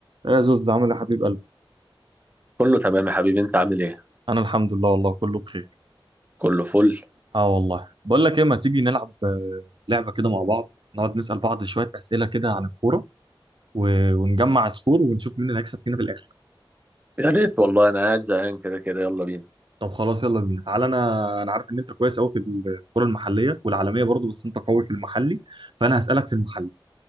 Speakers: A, on the right (about 60°); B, on the right (about 20°).
A: يا زوز عامل يا حبيب قلبي
B: كله تمام يا حبيبي انت عامل ايه
A: انا الحمد لله والله كله بخير
B: كله فل
A: اه والله بقول لك ايه ما تيجي نلعب آه، لعبه كده مع بعض نقعد نسال بعض شويه اسئله كده عن الكوره و... ونجمع سكور ونشوف مين اللي هيكسب فينا في الاخر
B: يا ريت والله انا قاعد زهقان كده كده يلا بينا
A: طب خلاص يلا بينا تعالى انا انا عارف ان انت كويس قوي في الكوره المحليه والعالميه برضو بس انت قوي في المحلي فانا هسالك في المحلي